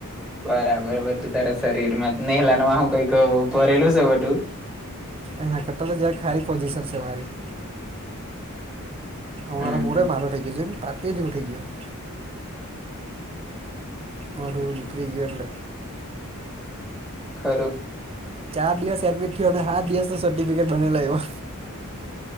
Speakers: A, in the centre; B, on the right (about 25°).
A: બરાબર બધું તારા શરીર માં નેલાનમાં હું કઈક ભરેલું છે બધું.
B: એના કટ્ટર જરાક હારી પોઝિશન છે મારી <unintelligible>
A: હમ હમ
B: બળું નિનીક્ર ગ એલે.
A: ખરુ
B: ચાર દિવસ એડમિટ થયો અને હાત દિવસ ન સર્ટિફિકેટ બનાઇ લાવ્યો.